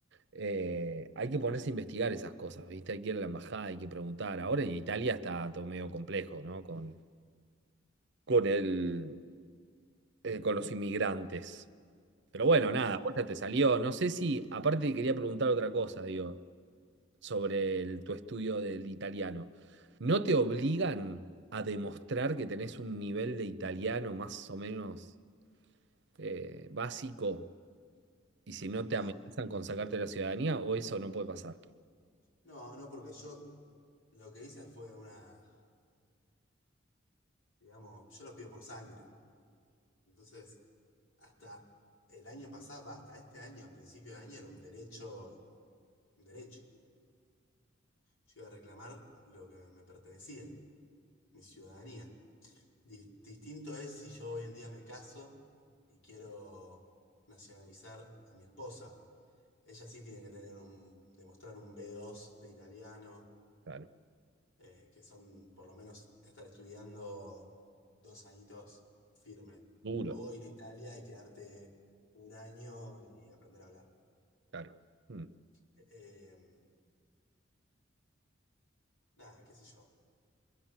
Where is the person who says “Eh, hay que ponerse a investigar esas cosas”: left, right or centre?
Right